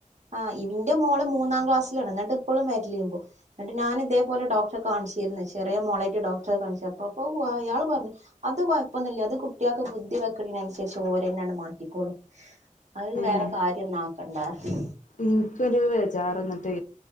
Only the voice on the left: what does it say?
ഏഹ്
എനിക്കൊരു ബെജാർ എന്നിട്ടേ